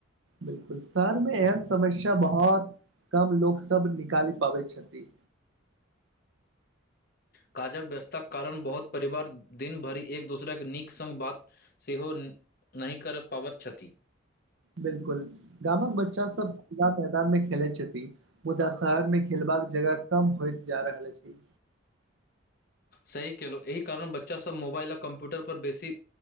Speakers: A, on the right; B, on the left.
A: बिलकुल शहरमे एहन समस्या बहुत कम लोको सब निकालि पाबै छथिन
B: काजक व्यस्तताके कारण बहुत परिवार दिन भरि एक दोसराके नीक संग बात सेहो नहि कर पाबैत छथि
A: बिलकुल गामक बच्चा सब खुला मैदान मे खेलैत छथि मुदा शहर मे खेलबाक जगह कम होइत जा रहल अछि
B: सही केलहुँ एहि कारण बच्चासभ मोबाइल आ कम्प्यूटरपर बेसी